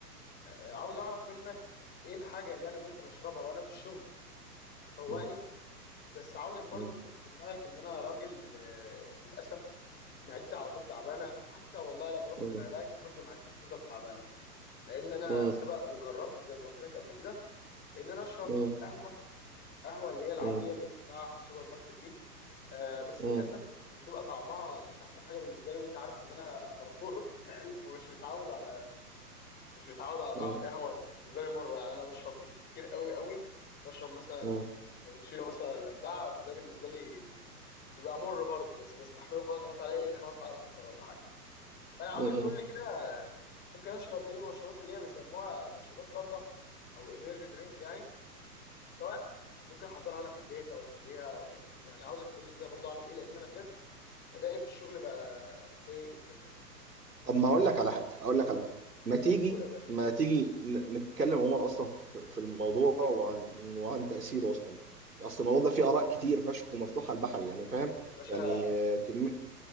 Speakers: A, on the left; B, on the right.
A: آه، عاوز اعرف منك ايه الحاجه اللي انا ممكن اشربها وانا في الشغل تفوقني
B: مم.
A: بس عاوزك برضو
B: مم.
A: تحط في دماغك ان انا راجل آه، للاسف معدتي على طول تعبانه حتى والله لما باخد
B: مم.
A: العلاج برضو معدتي بتفضل تعبانه لان انا
B: مم.
A: سبق وجربت زي ما قلت لك قبل كده ان انا اشرب
B: مم.
A: قهوه قهوه اللي هي العاديه
B: مم.
A: اللي بتتباع في السوبر ماركت دي آه بس
B: مم.
A: للاسف كان بيبقى طعمها مش احسن حاجه بالنسبه لي وانت عارف ان انا فرفور <laughs> ومش متعود على مش متعود على
B: مم.
A: طعم القهوه بالنسبه لي مره يعني انا بشرب بالكتير قوي قوي بشرب مثلا
B: مم.
A: كابتشينو مثلا ولا بتاع فده بالنسبه لي بيبقى مر برضه بس بستحمله خلاص بحط عليه خمس معلقه سكر ولا حاجه فانا عاوزك
B: مم.
A: تقول لي كده ممكن اشرب ايه من المشروبات اللي هي بيسموها مشروبات طاقه او انرجي درينك يعني سواء ممكن احضرها انا في البيت او اشتريها أو إيه. يعني عاوزك تقول لي كده برضو اعمل ايه لان انا بجد ادائي في الشغل بقى سيء جدا يعني
B: طب ما اقول لك على حاجه اقول لك على حاجه ما تيجي
A: قول يا باشا
B: ما تيجي ن- نتكلم عموما اصلا في في الموضوع وعن وعن تاثيره اصلا اصل الموضوع ده فيه اراء كتير فشخ ومفتوحه البحر يعني فاهم
A: يا باشا
B: يعني آه، كم-